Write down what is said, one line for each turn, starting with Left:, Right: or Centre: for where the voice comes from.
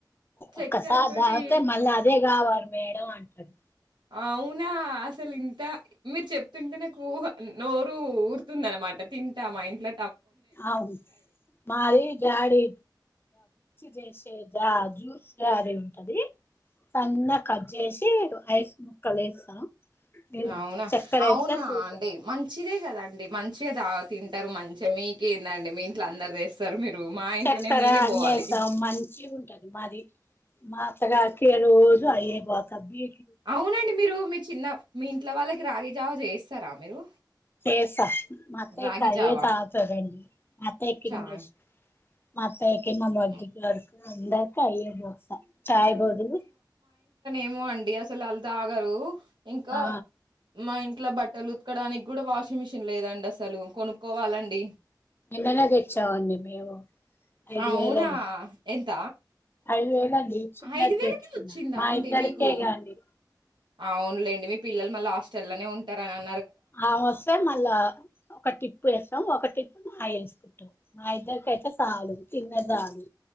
Right: చక్కెర
Left: ఒక్కసారి
Right: తోటి
Left: తాగితే మళ్ళ అదే కావాలి మేడం అంటది
Right: అవునా అసలు ఇంత మీరు చెప్తుంటే నాకు నోరు ఊరుతుంది అన్నమాట తింటామా ఇంట్ల
Left: అవును మాది జాడి చేసే రాగి జావా లా అది ఉంటది సన్న గా కట్ చేసి ఐస్ ముక్కలు వేస్తాం ఇం-
Right: అవునా
Left: చక్కెర
Right: అవునా
Left: వేస్తే సూపర్
Right: అండి మంచిదే కదాండి మంచిగా తింటారు మంచిగా మీకే ఏందండి మీ ఇంట్ల అందరు తెస్తారు మా ఇంట్లోనేమో
Left: చక్కెర
Right: నేనే
Left: అన్నెసము
Right: పోవాలి
Left: మంచిగా ఉంటది మాది మాఅత్త గారికి రోజు అయ్యే పోత్తది
Right: అవునండి మీరు మీ చిన్న మీ ఇంట్లో వాళ్ళకి రాగి జావా జేస్తారా మీరు
Left: చేస్తా మా అత్తయ్య
Right: రాగి
Left: కయ్యేదాగుతదండి
Right: జావా
Left: మా అత్తేకి
Right: చాయ్
Left: ఇంగ్లీష్ మా అత్తయ్యకి మా మర్డి
Right: మ్,
Left: గార్కి అందరికి అయ్యే బోస్తా చాయ్ బదులు
Right: ఏమో అండి అసలు వాళ్ళు తాగరు ఇంకా
Left: ఆ
Right: మా ఇ ఇట్లా బట్టలు ఉతుకడానికి గూడా వాషింగ్ మిషిన్ లేదండి అసలు కొనుక్కోవాలండి.
Left: నిన్ననే దెచ్చావండి మేము ఐదు
Right: అవునా
Left: వేలండి
Right: ఎంత
Left: ఐదు వేలండి చిన్నది
Right: ఐదు వేలకే
Left: తేచ్చుకున్నా
Right: వచ్చిందా
Left: మా
Right: అండి
Left: ఇద్దరికే
Right: మీకు
Left: గదండి
Right: అవునులేండి మీ పిల్లలు మళ్ళ హాస్టల్లనే ఉంటార అన్
Left: ఆమె వస్తే మళ్ళా ఒక టిప్పు యేస్తాం ఒక టిప్పు మాయి యేసుకుంటాం మా ఇద్దరి కైతే సాలు చిన్నది సాలు